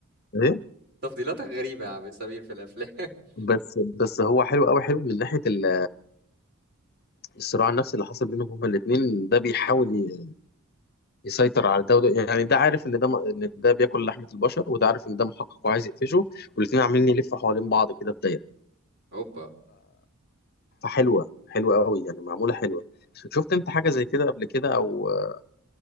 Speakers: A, on the left; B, on the right.
A: ايه
B: تفضيلاتك غريبة يا عم سمير في الأفلام <laughs>
A: بس بس هو حلو قوي حلو من ناحيه ال- الصراع النفسي اللي حصل بينهم هما الاثنين ده بيحاول ي- يسيطر على ده وده يعني ده عارف ان ده م- ان ده بياكل لحمه البشر وده عارف ان ده محقق وعايز يقفشه والاثنين عاملين يلفوا حوالين بعض كده في دايره
B: اوبا
A: فحلوه حلوه قوي يعني معموله حلوه ش- شفت انت حاجه زي كده قبل كده او آه،